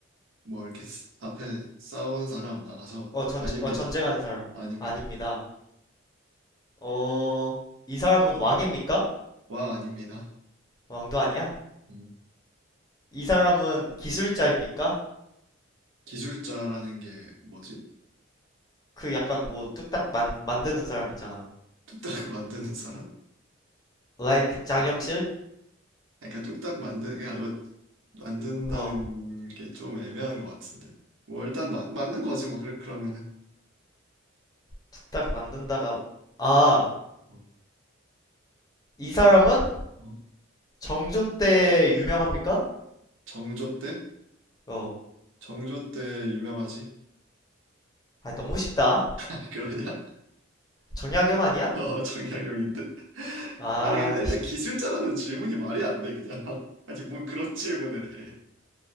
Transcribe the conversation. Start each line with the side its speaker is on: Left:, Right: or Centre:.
Right: 뭐, 이렇게 쓰- 앞에 싸운 사람 나가서,
Left: 어, 전,
Right: 아닙니다.
Left: 어, 전쟁하는 사람.
Right: 아닙니다.
Left: 아닙니다. 어, 이 사람은 왕입니까?
Right: 와, 아닙니다.
Left: 왕도 아니야?
Right: 음.
Left: 이 사람은 기술자입니까?
Right: 기술자라는 게 뭐지?
Left: 그 약간 뭐
Right: 음.
Left: 뚝딱 만, 만드는 사람 있잖아.
Right: 뚝딱 <laughs> 만드는 사람?
Left: Like 장영실?
Right: 어. 그러니까 뚝딱 만든 그거 만든다는
Left: 어,
Right: 게 좀 애매한 것 같은데. 뭐 일단 마, 맞는 거지 뭐 그래 그러면은
Left: 뚝딱 만든다가, 아,
Right: 어,
Left: 이 사람은
Right: 어.
Left: 정조 때 유명합니까?
Right: 정조 때
Left: 어,
Right: 정조 때 유명하지.
Left: 아, 너무 쉽다.
Right: <laughs> 아니 그러냐?
Left: 정약용 아니야?
Right: 어 정약용인데. <laughs>
Left: 아,
Right: 아니 근데 일단
Left: 씨.
Right: 기술자라는 질문이 말이 안 돼 그냥. <laughs> 아니 뭔 그런 질문을 해.